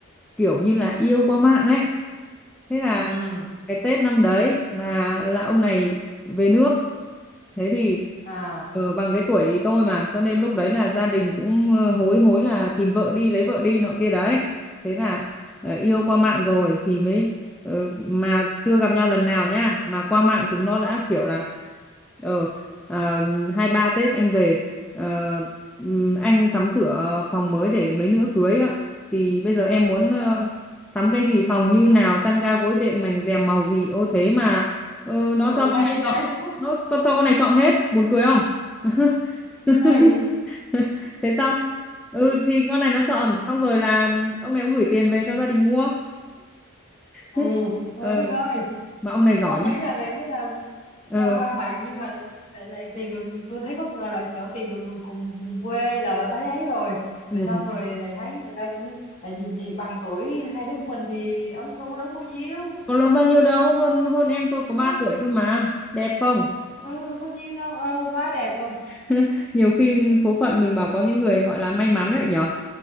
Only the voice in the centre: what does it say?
kiểu như là yêu qua mạng ấy thế là
cái Tết năm đấy là là ông này về nước thế thì
ờ, bằng cái tuổi tôi mà cho nên lúc đấy là gia đình cũng ờ, hối hối là tìm vợ đi lấy vợ đi nọ kia đấy thế là ờ, yêu qua mạng rồi thì mới ờ, mà chưa gặp nhau lần nào nhá mà qua mạng chúng nó đã kiểu là ờ ờ, hai ba Tết anh về ờ, ừm, anh sắm sửa phòng mới để mấy nữa cưới á thì bây giờ em muốn ờ,
sắm cái gì phòng như nào chăn ga gối đệm mành rèm màu gì ô thế mà ờ, nó
cho con
này
chọn
nó con cho con này chọn hết buồn cười không <laughs> <laughs>
thế xong ừ thì con này nó chọn xong rồi là ông này ông gửi tiền về cho gia đình mua
<laughs>
ờ
mà ông này giỏi
nhá
ờ
ừ.
có lớn bao nhiêu đâu hơn hơn em tôi có
3 tuổi thôi mà đẹp không
<laughs> nhiều khi số phận mình bảo có những người gọi là may mắn đấy nhở